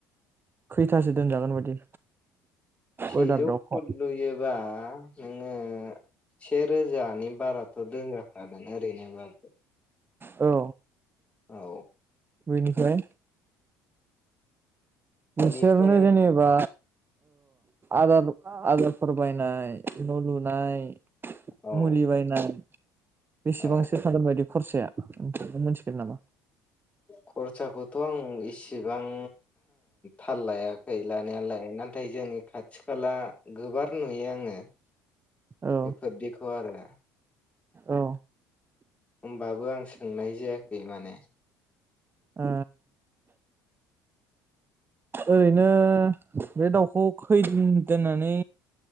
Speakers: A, on the right; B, on the left.
A: खैथासो दोनजागोन बायदि?
B: सेजौ
A: बयलार दाउखौ
B: फुद लुयोबा नोङो से रोजानि बाराथ' दोनजाखागोन ओरैनोबाबो।
A: औ
B: औ
A: बेयनिफ्राय नोंसोरनो
B: बिनिफ्राय
A: जेनेबा आदार आदारफोर बायनाय न' लुनाय
B: औ
A: मुलि बायनाय बेसेबांसो
B: औ
A: थांगोन बायदि? खरसाया मोनथिगोन नामा?
B: खरसाखौथ' आं इसिबां थाल लायाखै लानायालाय नाथाय जोंनि खाथि खाला गोबार नुयो आङो
A: औ
B: बेफोरदिखौ आरो
A: औ
B: होमबाबो आं सोंनाय जायाखै माने
A: ओ ओरैनो बे दाउखौ खैदिन दोननानै